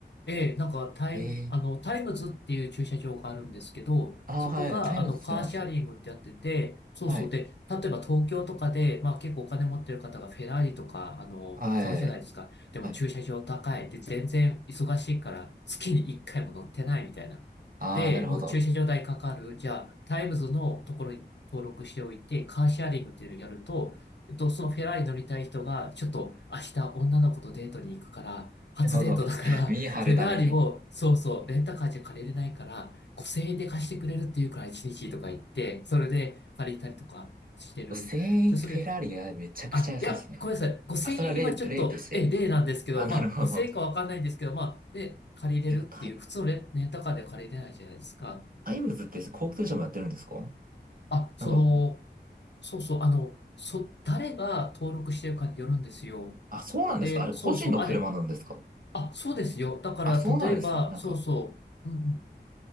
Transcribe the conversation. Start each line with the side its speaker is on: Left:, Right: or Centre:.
Left: ええ、なんかタイム、
Right: ええ
Left: あの、タイムズっていう駐車場があるんですけど、
Right: ああ、
Left: そこが、
Right: はい。タイムズ使います。
Left: あの、カーシェアリングってやってて、そうそう。
Right: はい。
Left: で、例えば東京とかで、まあ結構お金持ってる方がフェラーリとか、あの、
Right: はい。
Left: 買うじゃないですか。でも駐車場高い。
Right: はい。
Left: で、全然忙しいから、月に1回も乗ってないみたいな。
Right: ああ、
Left: で、
Right: なるほど。
Left: もう駐車場代かかる。じゃあ、タイムズのところに登録しておいて、カーシェアリングっていうのをやると、えっと、そのフェラーリ乗りたい人が、ちょっと明日女の子とデートに行くから、初デートだから、
Right: なるほど。<laughs> 見え張るために。
Left: フェラーリも、そうそう、レンタカーじゃ借りれないから、5000円で貸してくれるっていうから1日とか言って、それで借りたりとかしてる。
Right: 1000円フェラーリがめちゃくちゃ安いですね。
Left: で、それで、あ、いや、ごめんなさい。5000円、
Right: あ、それは例、
Left: 今ちょっと、
Right: 例として。
Left: え、例なんですけど、
Right: あ、なるほど。
Left: まあ、5000円かわかんないんですけど、まあ、で、借りれるっていう、
Right: てか、タイ、
Left: 普通のレ、レンタカーで借りれないじゃないですか。
Right: タイムズって高級車もやってるんですか
Left: あ、
Right: なんか、
Left: その、そうそう、あの、そ、誰が登録してるかによるんですよ。
Right: あ、そうなんですかあれ個人の車なんですか
Left: で、そうそう、あれ、あ、そうですよ。だから、
Right: あ、そうなんですね。
Left: 例えば、
Right: なんか、
Left: そうそう、うんうん